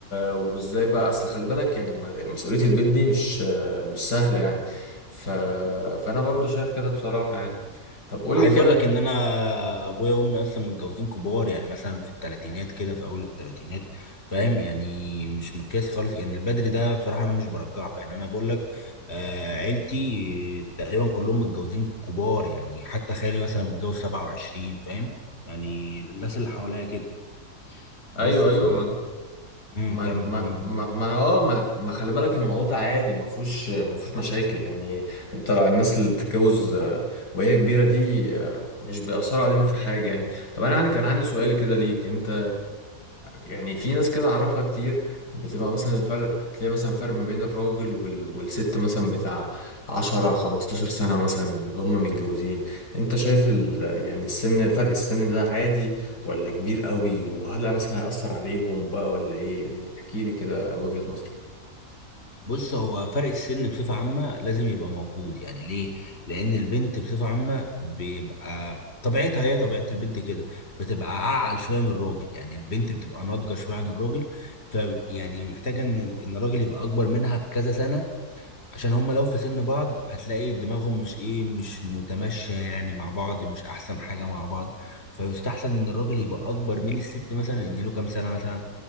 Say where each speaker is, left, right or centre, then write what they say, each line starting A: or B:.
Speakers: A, on the left (about 90°); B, on the left (about 40°).
A: وازاي بقى اصل خلي بالك يعني م- مسؤولية البيت دي مش مش سهلة يعني ف... فانا برضو شايف كده بصراحة يعني طب قول
B: عايز
A: لي كده
B: اقول لك ان انا ابويا وامي اصلا متجوزين كبار يعني مثلا في الثلاثينات كده في اول الثلاثينات فاهم يعني مش مقياس خالص يعني البدري ده بصراحه انا مش برجحه يعني انا بقول لك آه عيلتي تقريبا كلهم متجوزين كبار يعني حتى خالي مثلا متجوز 27 فاهم يعني الناس اللي حواليا كده
A: ايوه
B: بس ف
A: ايوه ما
B: امم
A: ما
B: كمل
A: ما ما ما انا اه ما, ما خلي بالك الموضوع ده عادي ما فيهوش ما فيهوش مشاكل يعني انت الناس اللي بتتجوز آه، وهي كبيره دي آه، مش بيأثر عليهم في حاجه يعني طب انا عندي كان عندي سؤال كده ليك انت يعني في ناس كده اعرفها كتير بتبقى مثلا الفرق تلاقي مثلا فرق ما بين الراجل وال... والست مثلا بتاع عشرة خمستاشر سنة مثلا اللي هم متجوزين انت شايف ال... يعني السن فرق السن ده عادي ولا كبير قوي وهل مثلا هيأثر عليهم بقى ولا ايه يعني احكيلي كده وجهة نظرك
B: بص هو فرق السن بصفة عامة لازم يبقى موجود يعني ليه؟ لأن البنت بصفة عامة بيبقى طبيعتها هي طبيعة البنت كده بتبقى أعقل شوية من الراجل يعني البنت بتبقى ناضجة شوية عن الراجل ف يعني محتاجة إن إن الراجل يبقى أكبر منها بكذا سنة عشان هما لو في سن بعض هتلاقي دماغهم مش إيه مش متمشية يعني مع بعض مش أحسن حاجة مع بعض فيستحسن إن الراجل يبقى أكبر من الست مثلا يديله كام سنة مثلا